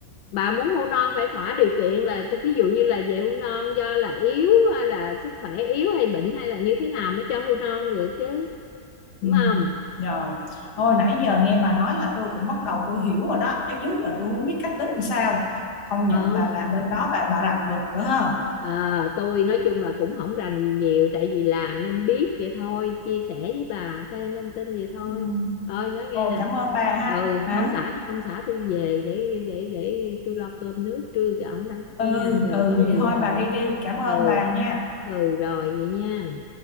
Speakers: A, on the left; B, on the left.
A: bà muốn hôn non phải thỏa điều kiện là ví dụ như là về hôn non do là yếu hay là sức khỏe yếu hay bệnh hay là như thế nào mới cho hôn non được chứ
B: Ừ,
A: đúng không
B: rồi. Thôi nãy giờ nghe bà nói là tôi cũng bắt đầu tôi hiểu rồi đó chứ trước giờ tôi không biết cách tính làm sao. Công nhận
A: ờ
B: bà làm bên đó bà bà rành luật nữa ha.
A: À, tôi nói chung là cũng không rành gì nhiều tại vì làm nên biết vậy thôi chia sẻ với bà thêm thông tin vậy thôi
B: Ừ.
A: ơi nói
B: Ồ,
A: nghe nè
B: cảm ơn bà ha.
A: ừ
B: Hả?
A: ông xã ông xã tôi về để để để tôi lo cơm nước trưa cho ổng đó cả
B: Ừ,
A: nhà rồi
B: ừ
A: có
B: vậy
A: gì
B: thôi
A: là
B: bà đi đi. Cảm ơn
A: ừ
B: bà nha.
A: ừ rồi vậy nha